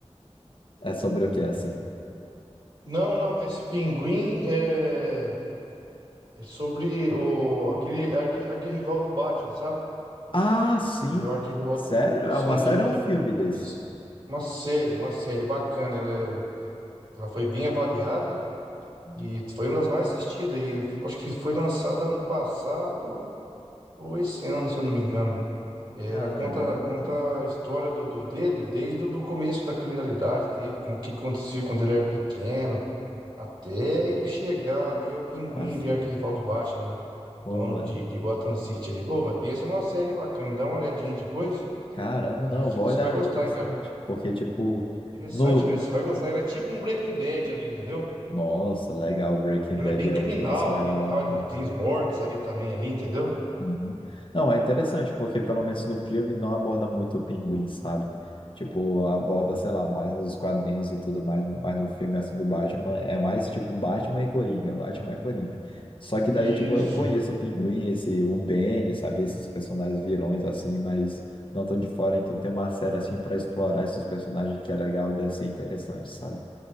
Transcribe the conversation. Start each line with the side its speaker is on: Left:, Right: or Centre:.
Left: É sobre o que, assim?
Right: Não, não, esse Pinguim é, é sobre o, aquele arqui, arquirrival do Batman, sabe?
Left: Ah, sim.
Right: Ele é o arquirrival.
Left: Sério?
Right: do-
Left: É
Right: Sim,
Left: uma série ou
Right: e-
Left: um filme desse?
Right: e- uma série, uma série bacana. Ela, ela foi bem avaliada
Left: Hum.
Right: e foi uma das mais assistidas. E acho que foi lançada ano passado ou esse ano, se eu não me engano. É,
Left: Caramba.
Right: Ela conta, conta a história do, do dele desde o do começo da criminalidade dele, com o que aconteceu quando ele era pequeno, até ele chegar ali ao Pinguim,
Left: Assim,
Right: ali, arquirrival do Batman, né?
Left: pô,
Right: Dono
Left: mano.
Right: de, de Gotham City ali. Pô, mas pensa numa série bacana, dá uma olhadinha depois.
Left: Caramba, não,
Right: E que
Left: vou
Right: você
Left: olhar,
Right: vai gostar,
Left: interessante.
Right: hein, cara.
Left: Porque, tipo,
Right: Interessante
Left: no...
Right: mesmo, você vai gostar. Ele é tipo um Breaking Bad ali, entendeu?
Left: Nossa, legal, Breaking
Right: Ele
Left: Bad
Right: é bem
Left: é
Right: criminal
Left: outro que é surreal.
Right: ali e tal. Ele tem os mortos ali também, ali, entendeu?
Left: Uhum. Não, é interessante, porque pelo menos no filme não aborda muito o pinguim, sabe? Tipo, aborda, sei lá, mais nos quadrinhos e tudo mais, mas no filme assim do Batman é mais tipo Batman e Coringa, Batman e Coringa. Só que daí,
Right: Isso.
Left: tipo, eu conheço o Pinguim, esse, o Bane, sabe? Esses personagens vilões assim, mas não tão de fora, então tem uma série assim pra explorar esses personagens que é legal, deve ser interessante, sabe?